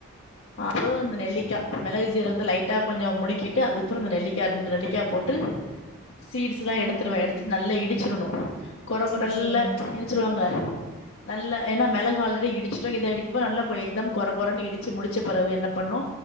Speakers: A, on the left; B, on the right.
A: அது இந்த நெல்லிக்காய மிளகு ஜுரகத்த லைட்டா கொஞ்சோ முடிகிட்டு அதுக்கப்றோ இந்த நெல்லிக்கா ரெண்டு நெல்லிக்கா போட் டு சீட்ஸ எல்லா
B: ஆஹா
A: எடுத்துவே எடுத்து நல்ல இடிச்சுறுனு கொரப்பு
B: சேரி
A: நல்ல
B: சேரி
A: ச்சுருவாங்க நல்ல ஏன்னா மெளகு ஆல்ரெடி இடிச்சிட்டோ இத இடிக்கப்ப நல்லா எக் தம் குற குறன்னு இடிச் சு முடிச்ச பிறவு என்ன பண்ணு